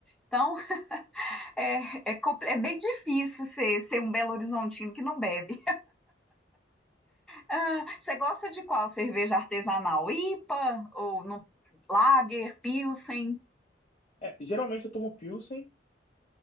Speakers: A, in the centre; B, on the left.
A: Então, é, é, compl- é meio difícil ser, ser um Belo Horizontino que não bebe. Ah, você gosta de qual cerveja artesanal? IPA ou no, Lager, Pilsen?
B: É, geralmente eu tomo Pilsen